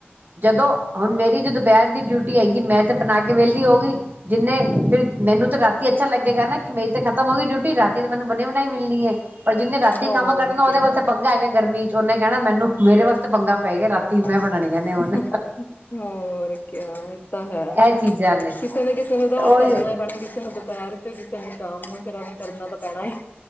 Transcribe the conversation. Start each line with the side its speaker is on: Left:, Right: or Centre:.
Right: ਜਦੋਂ ਹੁਣ ਮੇਰੀ ਜਦ ਦੁਪਹਿਰ ਦੀ ਡਿਊਟੀ ਆਏਗੀ ਮੈਂ ਤੇ ਬਣਾ ਕੇ ਵਿਹਲੀ ਹੋ ਗਈ। ਜਿੰਨੇ ਫਿਰ ਮੈਨੂੰ ਤਾਂ ਰਾਤ ਕੀ ਅੱਛਾ ਲੱਗੇਗਾ ਨਾ, ਕਿ ਮੇਰੀ ਖਤਮ ਹੋ ਗਈ ਡਿਊਟੀ ਰਾਤੀ ਤੋਂ ਮੈਨੂੰ ਬਣੀ -ਬਣਾਈ ਮਿਲਣੀ ਐਂ। ਪਰ ਜਿੰਨੇ ਰਾਤੀ
Left: ਹੋਰ
Right: ਕੰਮ ਕਰਨਾ। ਉਹਦੇ
Left: ਕਿਆ
Right: ਵਾਸਤੇ ਪੰਗਾ ਹੈਗਾ ਗਰਮੀ 'ਚ ਉਹਨੇ ਕਹਿਣਾ ਮੈਨੂੰ ਮੇਰੇ ਵਾਸਤੇ ਪੰਗਾ ਪੈ ਗਿਆ। ਰਾਤੀ
Left: <unintelligible>
Right: ਮੈਂ ਬਣਾਣੀਆਂ ਨੇ ਹੁਣ
Left: ਹੋਰ ਕਿਆ, ਇਹ ਤਾਂ ਹੈ।
Right: ਇਹ ਚੀਜ਼ਾਂ ਨੇ
Left: ਕਿਸੇ ਨਾ ਕਿਸੇ ਉਹ ਤਾਂ ਹੁਣ
Right: ਉਹੀ
Left: ਕਰਨਾ ਹੀ ਪੈਣਾ ਕਿਸੇ ਨੂੰ ਦੁਪਹਿਰ, ਕਿਸੇ ਨੂੰ ਸ਼ਾਮ ਨੂੰ ਫਿਰ ਕਰਨਾ ਤਾਂ ਪੈਣਾ ਹੀ